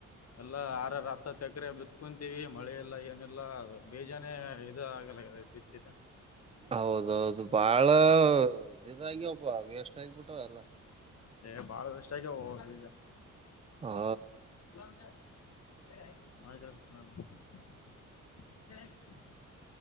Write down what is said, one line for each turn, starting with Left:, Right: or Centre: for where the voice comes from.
Left: ಎಲ್ಲ ಆರರ ಹತ್ತ ಎಕರೆ ಬಿತ್ಕೊಂತೀವಿ ಮಳಿಲ್ಲ ಏನಿಲ್ಲ ಬಿಜಾನೇ ಇದು ಆಗಲಗ್ಯಾವ. ಬಿತ್ತಿದ.
Right: ಹೌದೌದು ಬಾಳ ದಿದುಅಗ್ಯವಪ ವೇಷ್ಟ ಆಗಬಿಟ್ಟವ ಎಲ್ಲ.
Left: ಏ ಬಾಳ ವೆಸ್ಟ್ ಆಗ್ಯಹೋ ಈಗ.
Right: ಹಾ.
Left: <unintelligible>